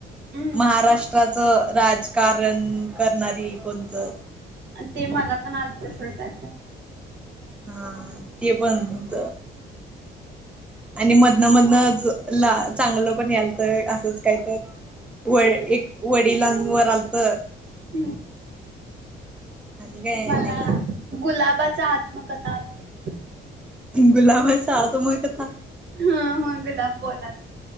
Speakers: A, on the right (about 65°); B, in the centre.
A: हम्म
B: महाराष्ट्राचं राजकारण करणारी कोणतं
A: ते मला पण आजज सडतच आहे
B: हा ते पण होत आणि मधनं मधनं ला चांगलं पण याल तर असंच काय तर व एक वडिलांवर आलत
A: हम्म.
B: अणी काय
A: मला
B: नई.
A: गुलाबाचा आत्मकथा. आलती
B: गुलाबचा आत्मकथा.
A: हं हं गुलाब बोलाल.